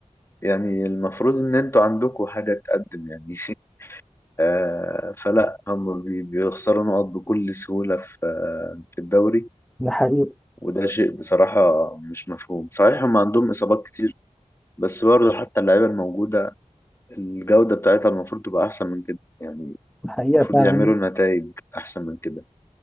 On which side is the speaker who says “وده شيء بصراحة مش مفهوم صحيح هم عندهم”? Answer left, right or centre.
Left